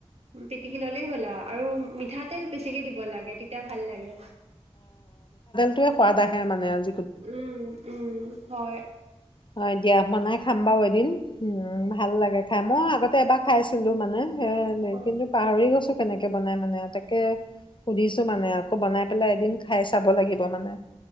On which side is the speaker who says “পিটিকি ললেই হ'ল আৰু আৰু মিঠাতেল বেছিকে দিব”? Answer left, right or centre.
Right